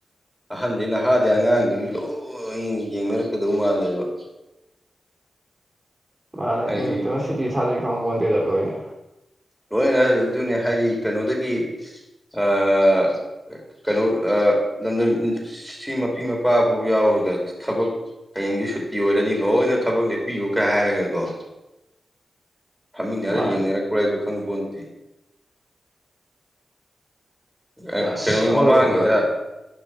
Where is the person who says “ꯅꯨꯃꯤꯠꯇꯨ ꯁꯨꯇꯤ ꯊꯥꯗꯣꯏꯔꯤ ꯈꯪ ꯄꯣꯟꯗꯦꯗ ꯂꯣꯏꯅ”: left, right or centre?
Right